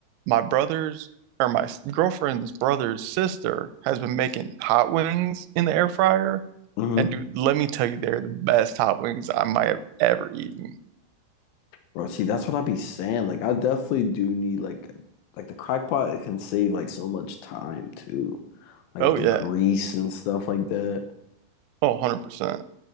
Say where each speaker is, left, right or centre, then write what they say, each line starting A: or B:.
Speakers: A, on the right (about 80°); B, on the left (about 75°).
A: my brother's or my s- girlfriend's brother's sister has been making hot wings in the air fryer.
B: hmm
A: And dude, let me tell you, they're the best hot wings I might have ever eaten.
B: Bro, see, that's what I be saying. Like, I definitely do need like like the crock pot. It can save like so much time too. like
A: Oh
B: with the
A: yeah.
B: grease and stuff like that.
A: Oh, 100%.
B: Like,